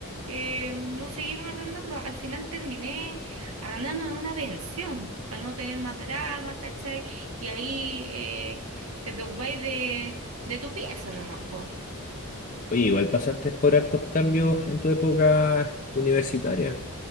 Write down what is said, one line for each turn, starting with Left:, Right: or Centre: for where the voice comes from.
Right: eh, no seguimos arrendando. Al final terminé arrendando en una pensión, para no tener más dramas, ¿cachai? Y ahí eh, te preocupáis de, de tu pieza nomás, po.
Left: Oye, igual pasaste por hartos cambios en tu época universitaria,